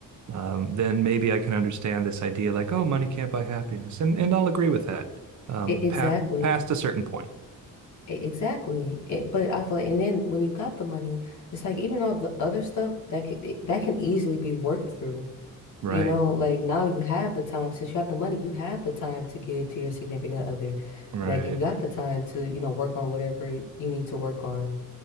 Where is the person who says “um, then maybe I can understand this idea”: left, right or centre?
Right